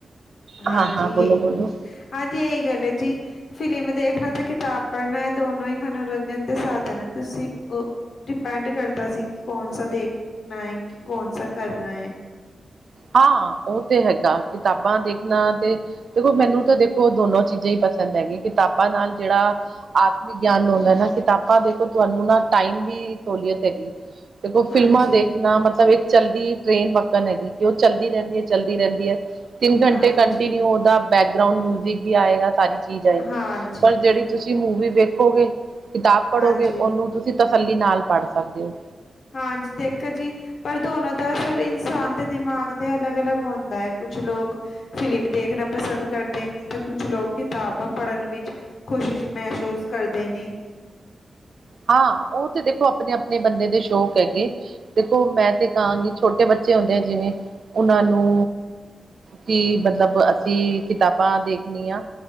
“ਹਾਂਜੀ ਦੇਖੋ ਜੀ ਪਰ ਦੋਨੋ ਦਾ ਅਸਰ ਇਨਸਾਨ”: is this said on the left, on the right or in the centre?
Left